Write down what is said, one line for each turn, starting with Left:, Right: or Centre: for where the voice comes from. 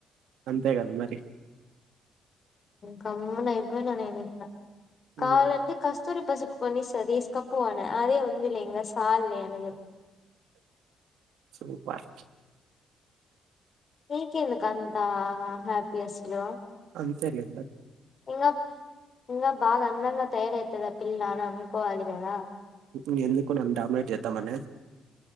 Right: అంతే కదా మరి
Left: గమ్న అయిపోయిన నేనింకా
Right: హ్మ్
Left: కావాలంటే కస్తూరి కొనిస్త తీస్తోకపో అనే అదే ఉంది లే ఇకా సాల్ లె అన్న
Right: సూపర్
Left: నీకెందుకు అంతా హ్యాపీ అసలు
Right: అంతే లె
Left: ఇంగా ఇంగా బాగా అందంగా తయారైతది ఆ పిల్ల అని అనుకోవాలి కదా
Right: ఇంగ ఎందుకు నన్ను డామినేట్ చేద్దామన